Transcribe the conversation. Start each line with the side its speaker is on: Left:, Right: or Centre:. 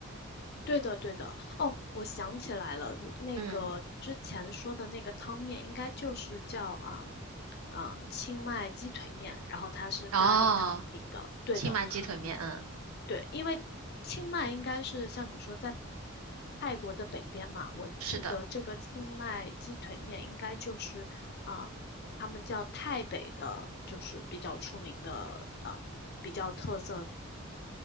Left: 对的，对的。哦，我想起来了，如那个之前说的那个汤面，
Right: 嗯，
Left: 应该就是叫啊啊、呃清迈鸡腿面，然后它是咖喱汤底的。
Right: 哦，
Left: 对的，
Right: 清迈鸡腿面，
Left: 嗯。
Right: 嗯，
Left: 对，因为清迈应该是像你说在泰国的北边嘛，我记得这个清迈鸡腿面应该就是，
Right: 是的，
Left: 嗯，他们叫泰北的，就是比较出名的，嗯，比较特色。